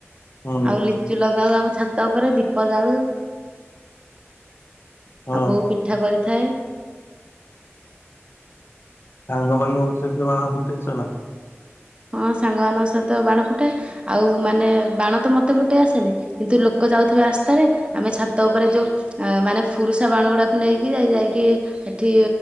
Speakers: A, on the left; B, on the right.
A: ହୁଁ
B: ଆଉ ଲିଚ ଚୁ ଲଗାଉ ଆମ ଛାତ ଉପରେ। ଦୀପ ଜାଳୁ
A: ହଁ।
B: ଆଉ ବୋଉ ପିଠ ପିଠା କରିଥାଏ।
A: ସାଙ୍ଗ ମାନଙ୍କୁ ସହିତବାଣ ଫୁଟେଇଛ ନା?
B: ହଁ ସାଙ୍ଗମାନାନଙ୍କ ସହିତ ବାଣ ଫୁଟାଏ। ଆଉ ମାନେ ବାଣ ତ ମତେ ଫୁଟେଇ ଆସେନି, କିନ୍ତୁ ଲୋକ ଯାଉଥିବା ରାସ୍ତାରେ ଆମେ ଛାତ ଉପରେ ଯୋଉ ମାନେ ଫୁରୁଷା ବାଣ ଗୁଡ଼ାକୁ ନେଇକି ଯାଇ ଯାଇକି ଏଠି